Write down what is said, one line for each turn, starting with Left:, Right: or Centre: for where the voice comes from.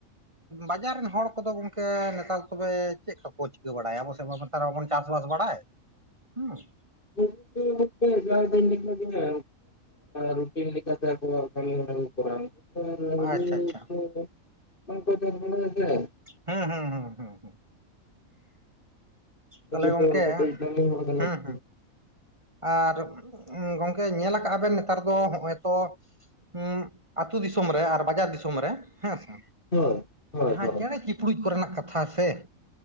Right: ᱵᱟᱡᱟᱨ ᱨᱮᱱ ᱦᱚᱲ ᱠᱚ ᱫᱚ ᱜᱚᱝᱠᱮ ᱱᱮᱛᱟᱨ ᱫᱚ ᱛᱚᱵᱮ ᱪᱮᱫ ᱠᱚ ᱠᱚ ᱪᱤᱠᱟᱹ ᱵᱟᱲᱟᱭᱟ? ᱟᱵᱚ ᱥᱮᱡ ᱢᱟ ᱵᱚᱱ ᱟᱨᱚ ᱵᱚᱱ ᱪᱟᱥ ᱵᱟᱥ ᱵᱟᱲᱟᱭ ᱦᱩᱸ ᱾
Left: <unintelligible> ᱦᱮᱸ ᱜᱚᱝᱠᱮ, ᱡᱟᱣ ᱫᱤᱱ ᱞᱮᱠᱟ ᱜᱮ ᱨᱩᱴᱤᱱ ᱞᱮᱠᱟᱛᱮ ᱟᱠᱚᱣᱟᱜ ᱠᱟᱹᱢᱤ ᱦᱚᱨᱟ ᱠᱚ ᱠᱚᱨᱟᱣ-ᱟ ᱾ ᱟᱨ
Right: ᱟᱪᱪᱷᱟ
Left: ᱦᱩᱲᱩ
Right: ᱟᱪᱪᱷᱟ
Left: ᱠᱚ ᱫᱚ ᱵᱟᱝ ᱠᱚ ᱪᱟᱥ ᱵᱟᱲᱟᱭᱟ ᱥᱮ ᱾
Right: ᱦᱩᱸ ᱦᱩᱸ ᱦᱩᱸ ᱦᱩᱸ ᱦᱩᱸ
Left: ᱩᱱᱠᱩ
Right: ᱛᱟᱞᱦᱮ ᱜᱚᱝᱠᱮ
Left: ᱫᱚ ᱠᱟᱹᱴᱤᱡ ᱠᱟᱹᱢᱤ ᱦᱚᱲ ᱠᱟᱱᱟ
Right: ᱦᱩᱸ
Left: ᱠᱚ
Right: ᱦᱩᱸ ᱟᱨ ᱜᱚᱝᱠᱮ ᱧᱮᱞ ᱟᱠᱟᱜᱼᱟ ᱵᱮᱱ ᱱᱮᱛᱟᱨ ᱫᱚ ᱦᱚᱸᱜᱼᱚᱭ ᱛᱚ ᱦᱩᱸᱜ ᱟᱹᱛᱩ ᱫᱤᱥᱚᱢ ᱨᱮ ᱟᱨ ᱵᱟᱡᱟᱨ ᱫᱤᱥᱚᱢ ᱨᱮ ᱦᱮᱸᱥᱮ
Left: ᱦᱳᱭ ᱦᱳᱭ
Right: ᱡᱟᱦᱟᱸ
Left: ᱦᱳᱭ
Right: ᱪᱮᱬᱮ ᱪᱤᱯᱲᱩᱡ ᱠᱚᱨᱮᱱᱟᱜ ᱠᱟᱛᱷᱟ ᱥᱮ